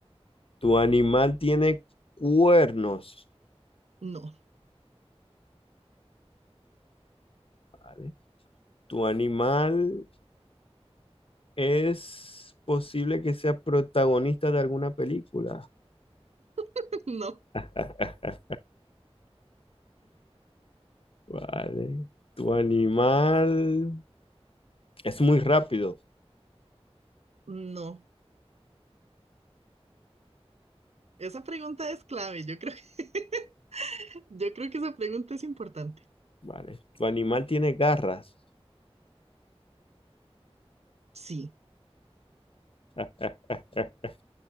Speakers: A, on the left; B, on the right.
A: Tu animal tiene cuernos.
B: No,
A: vale. Tu animal es posible que sea protagonista de alguna película.
B: <laughs> no,
A: <laughs> Vale. Tu animal es muy rápido.
B: no. Esa pregunta es clave. Yo creo que, <laughs> yo creo que esa pregunta es importante.
A: Vale. Tu animal tiene garras.
B: Sí.
A: <laughs>